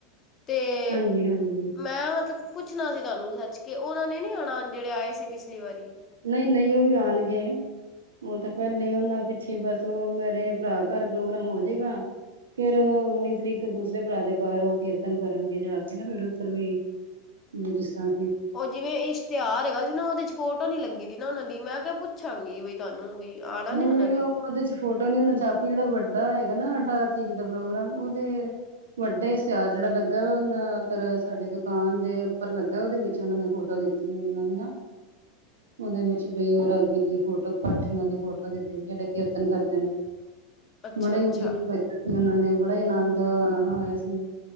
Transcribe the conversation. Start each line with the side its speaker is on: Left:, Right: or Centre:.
Left: ਤੇ,
Right: ਹਾਂਜੀ ਹਾਂਜੀ
Left: ਮੈਂ ਮਤਲਬ ਪੁੱਛਣਾ ਸੀ ਤੁਹਾਨੂੰ, ਸੱਚ, ਕੇ ਉਹਨਾਂ ਨੇ ਨੀ ਆਉਣਾ, ਜਿਹੜੇ ਆਏ ਸੀ, ਪਿਛਲੀ ਵਾਰੀ
Right: ਨਹੀਂ ਨਹੀਂ, ਉਹ ਵੀ ਆਉਣਗੇ ਉਹ ਤਾਂ ਪਹਿਲੇ, ਉਹਨਾਂ ਪਿੱਛੇ ਬਸ, ੳ ਮੇਰੇ ਭਰਾ ਘਰ, ਪ੍ਰੋਗਰਾਮ ਹੋ ਜਾਏਗਾ ਫੇਰ ਉੱਨੀ ਤਰੀਕ, ਦੂਸਰੇ ਭਰਾ ਦੇ ਘਰ, ਉਹ ਕੀਰਤਨ ਕਰਨਗੇ ਜਾ ਕੇ, ਫਿਰ ਉੱਧਰ ਵੀ ਨੀ, ਜਿਸ ਤਰਾ
Left: ਉਹ ਜਿਵੇਂ ਇਸ਼ਤਿਹਾਰ ਹੈਗਾ ਸੀ, ਨਾ ਉਹਦੇ ਚ ਫੋਟੋ ਨੀ ਲੱਗੀ ਦੀ ਨਾ ਉਹਨਾ ਦੀ, ਮੈਂ ਕਿਹਾ ਪੁੱਛ ਪੁਛਾ ਗੀ ਬਈ ਤੁਹਾਨੂੰ ਵੀ, ਆਣਾ
Right: ਨਹੀਂ
Left: ਨੀ ਉਹਨਾਂ
Right: ਨਹੀਂ
Left: ਨੇ?
Right: ਉਹ ਉਹਦੇ ਚ ਫੋਟੋ ਨੀ ਉਹਨਾਂ ਛਾਪੀ, ਜਿਹੜਾ ਵੱਡਾ ਹੈਗਾ ਨਾ ਅਠਾਰਾਂ ਤਰੀਕ ਦਾ ਪ੍ਰੋਗਰਾਮ, ਉਹਦੇ ਵੱਡੇ ਇਸ਼ਤਿਆਰ ਜਿਹੜਾ ਲੱਗਾ, ਉਦਰ ਸਾਡੇ ਦੁਕਾਨ ਦੇ ਉੱਪਰ ਲੱਗਾ, ਉਹਦੇ ਵਿੱਚ ਉਹਨਾਂ ਨੇ ਫੋਟੋ ਦਿੱਤੀ ਤੇ, ਉਹਨਾਂ ਨੇ ਨਾ
Left: <inaudible>
Right: ਉਹਦੇ ਵਿੱਚ ਬਈ, ਹੋਰ ਆਗੇ ਦੀ ਫੋਟੋ ਪਾਠੀਆਂ, ਦੀ ਫੋਟੋ ਦਿੱਤੀ, ਜਿਹੜੇ ਕੀਰਤਨ ਕਰਦੇ ਨੇ
Left: ਅੱਛਾ
Right: ਬੜੇ
Left: ਅੱਛਾ
Right: ਹੀ ਉਦੇ ਤੇ, ਉਹਨਾਂ ਨੇ ਬੜਾ ਹੀ, ਆਨੰਦ, ਆਇਆ ਸੀ